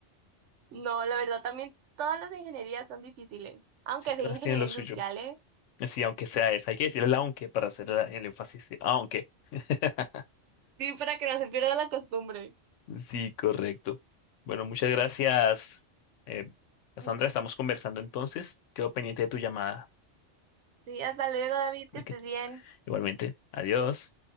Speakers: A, on the right; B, on the left.
A: No, la verdad también todas las ingenierías son difíciles, aunque
B: Si todas
A: sea ingeniería
B: tienen lo
A: industrial,
B: suyo.
A: ¿eh?
B: Sí, aunque sea esa. Hay que decir el aunque para hacer la- el énfasis. Aunque. <laughs>
A: Sí, para que no se pierda la costumbre.
B: Sí, correcto. Bueno, muchas gracias, eh, Cassandra.
A: <laughs>
B: Estamos conversando entonces. Quedo pendiente de tu llamada.
A: Sí, hasta luego, David, que
B: Ok,
A: estés bien.
B: Igualmente. Adiós.